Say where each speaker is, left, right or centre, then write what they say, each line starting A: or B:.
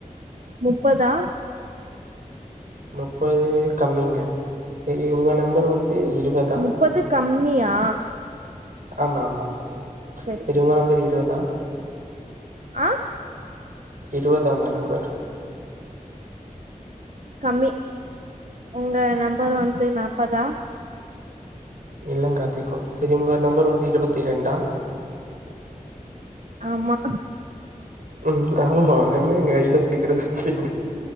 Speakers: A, on the right (about 60°); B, on the right (about 80°).
A: முப்பதா
B: முப்பது கம்மிங்க சேரி உங்க நம்பர் வந்து இருவதா
A: முப்பது கம்மியா
B: ஆமா ஆமா
A: சரி
B: சேரி உங்க நம்பர் இருவதா
A: ஆ
B: இருவதா உங்க நம்பர்
A: கம்மி, உங்க நம்பர் வந்து நாப்பதா
B: இல்ல கத்திக்கு செரி உங்க நம்பர் வந்து இருவத்தி ரெண்டா
A: ஆமா
B: உ ஆமா என்னங்க இவ்ளோ சீக்ரோ சொல்ட்டீங்க